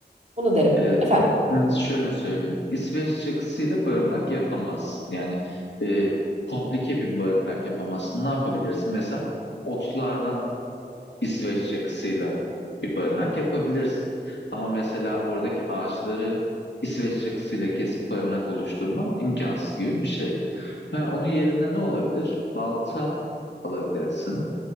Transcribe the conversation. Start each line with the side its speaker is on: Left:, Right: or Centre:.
Right: bunu derim.
Left: E,
Right: Efendim.
Left: şimdi şöyle söyleyeyim. İsveç çakısıyla barınak yapamazsın. Yani e, komplike bir barınak yapamazsın. Ne yapabilirsin? Mesela otlardan İsveç çakısıyla bir barınak yapabilirsin. Ama mesela oradaki ağaçları İsveç çakısıyla kesip barınak oluşturman imkansız gibi bir şey. Ha, onun yerine ne olabilir? Balta alabilirsin,